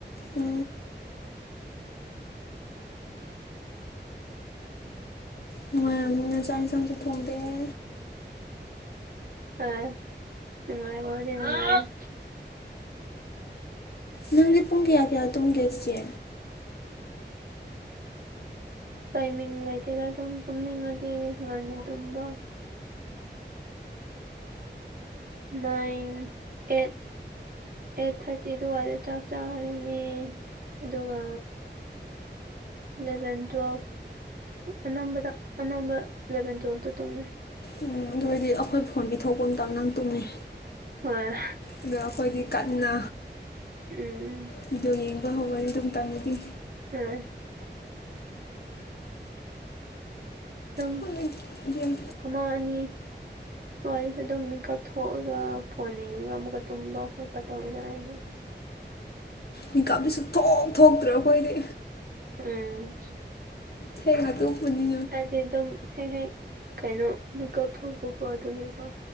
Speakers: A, on the left (about 60°); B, on the right (about 50°).
A: ꯎ ꯅꯨꯡꯉꯥꯏꯔ ꯃꯣꯏꯅ ꯆꯥꯛ ꯌꯦꯟꯁꯥꯡꯁꯨ ꯊꯣꯡꯗꯦꯦ
B: ꯑ ꯅꯨꯡꯉ
A: ꯅꯪꯗꯤ ꯄꯨꯡ ꯀꯌꯥ ꯀꯌꯥ ꯇꯨꯝꯒꯦ ꯏꯆꯦ
B: <unintelligible> ꯇꯥꯏꯃꯤꯡ ꯂꯩꯇꯦꯗ ꯑꯗꯨꯝ ꯇꯨꯝꯅꯤꯡꯉꯒ ꯍꯥꯟꯅ ꯇꯨꯝꯕꯪ ꯅꯥꯏꯟ ꯑꯦꯠ ꯑꯩꯠ ꯊꯥꯔꯇꯤ ꯑꯗꯨꯋꯥꯏꯗ ꯆꯥꯛ ꯆꯥꯔꯅꯤ ꯑꯗꯨꯒ ꯏꯂꯚꯦꯟ ꯇꯨꯋꯦꯜꯐ ꯑꯅꯝꯕꯗ ꯑꯅꯝꯕ ꯏꯂꯚꯦꯟ ꯇꯨꯋꯦꯜꯐꯇ ꯇꯧꯅꯩ
A: ꯎꯝ ꯑꯣꯏꯔꯗꯤ ꯑꯗꯨ ꯑꯩꯈꯣꯏ ꯐꯣꯟ ꯄꯤꯊꯣꯛꯄ ꯃꯇꯝꯗ ꯅꯪ ꯇꯨꯝꯃꯦꯩ
B: ꯍꯣꯏ
A: ꯑꯗꯣ ꯑꯩꯈꯣꯏꯗꯤ ꯀꯟꯅ
B: ꯎꯝ
A: ꯕꯤꯗꯤꯑꯣ ꯌꯦꯡꯕ ꯍꯧꯔꯅꯤ ꯑꯗꯨꯝ ꯇꯪꯒꯗꯤ
B: ꯎꯝ ꯇꯨꯝ
A: ꯍꯣꯏ ꯌꯥꯝ
B: ꯄ ꯑꯃꯥꯡꯅꯤ ꯑꯣ ꯋꯥꯔꯤꯁꯦ ꯑꯗꯨꯝ ꯃꯤꯀꯞ ꯊꯣꯛꯑꯒ ꯐꯣꯟ ꯌꯦꯉꯒ ꯑꯃꯨꯛꯀ ꯇꯨꯝꯕ ꯈꯣꯠꯄ ꯇꯧꯋꯗꯔꯥ ꯑꯩꯁꯨ
A: ꯃꯤꯀꯥꯞꯇ ꯁ ꯊꯣꯛ ꯊꯣꯛꯇ꯭ꯔꯦ ꯑꯩꯈꯣꯏꯗꯤ
B: ꯎꯝ
A: ꯊꯦꯡꯒ ꯇꯨꯞꯄꯅꯤ
B: ꯍꯥꯏꯗꯤ ꯑꯗꯨꯝ ꯍꯦꯛ ꯍꯦꯛ ꯀꯩꯅꯣ ꯂꯨꯀꯞ ꯊꯣꯛꯧꯕꯀꯣ ꯑꯗꯨꯒꯤꯀꯣ